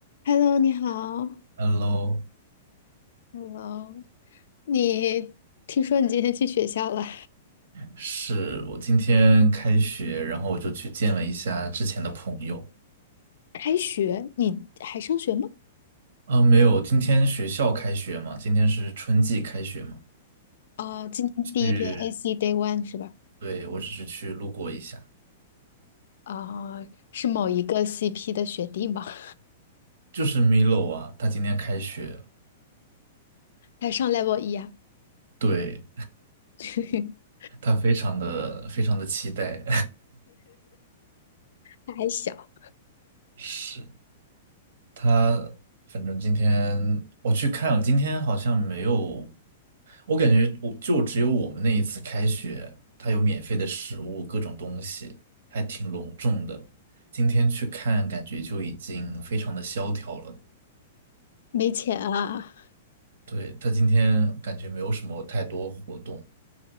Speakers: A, on the left (about 75°); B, on the right (about 75°).
A: Hello，你好。
B: Hello，
A: Hello，你听说你今天去学校了？
B: 是我今天开学，然后我就去见了一下之前的朋友。
A: 开学，你还上学吗？
B: 啊，没有，今天学校开学嘛，今天是春季开学嘛，
A: 啊、今天第一天
B: 去，
A: AC Day One 是吧？
B: 对，我只是去路过一下。
A: 啊、是某一个 CP 的学弟吗？<laughs>
B: 就是 Milo 啊，他今天开学了
A: 他上 Level 一啊，
B: 对，
A: <laughs>
B: 他非常的非常的期待，
A: 他还小，
B: <laughs> 是。他反正今天我去看了，今天好像没有，我感觉我就只有我们那一次开学，他有免费的食物，各种东西，还挺隆重的。今天去看，感觉就已经非常的萧条了。
A: 没钱啊。
B: 对，他今天感觉没有什么太多活动。